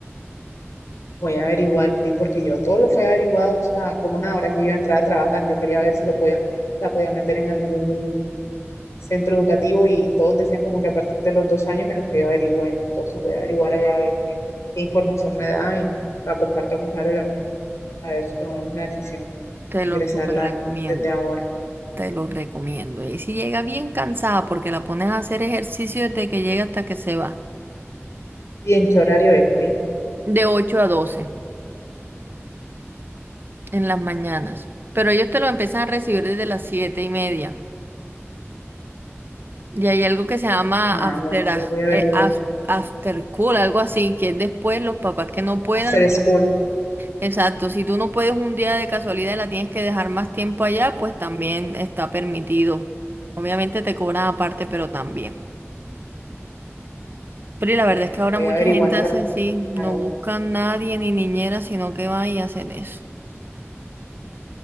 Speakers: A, on the left; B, on the right.
A: Voy a averiguar, PRI, porque yo todo lo fue averiguado, o sea, como es ahora que yo iba a entrar a trabajar, yo quería ver si lo podía, la podía meter en algún centro educativo y todos decían como que a partir de los dos años en los que yo averigüé. Entonces voy a averiguar allá a ver qué, qué información me da y la comparto con Harold a ver si tomamos la decisión
B: Te
A: de
B: lo
A: ingresarla
B: súper recomiendo,
A: desde ahora.
B: te lo recomiendo. Y si llega bien cansada porque la pones a hacer ejercicio desde que llega hasta que se va,
A: ¿Y en qué horario es, Pri?
B: de 8 a 12 en las mañanas. Pero ellos te lo empiezan a recibir desde las siete y media. Y hay algo que se llama
A: Ah,
B: after,
A: bueno, entonces
B: a-
A: voy a averiguar.
B: eh, af- after school, algo así, que es después los papás que no puedan.
A: After school.
B: Exacto, si tú no puedes un día de casualidad y la tienes que dejar más tiempo allá, pues también está permitido. Obviamente te cobran aparte, pero también. Pero y la
A: Ok,
B: verdad es que ahora
A: voy
B: mucha
A: a averiguar
B: gente
A: para
B: hace así, no buscan
A: ver.
B: nadie ni niñera, sino que van y hacen eso.